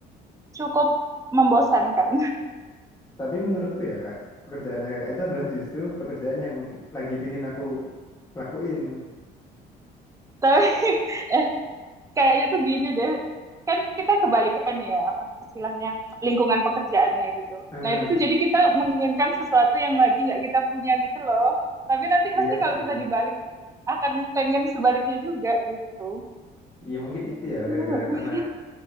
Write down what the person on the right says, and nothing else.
cukup membosankan
<laughs> tapi eh kayaknya tuh gini deh kan kita kebalikan ya apa istilahnya lingkungan pekerjaannya gitu
nah itu tuh jadi kita menginginkan sesuatu yang lagi nggak kita punya gitu loh tapi nanti pasti
kalau
kita dibalik pun akan pengen sebaliknya juga gitu
Waduh.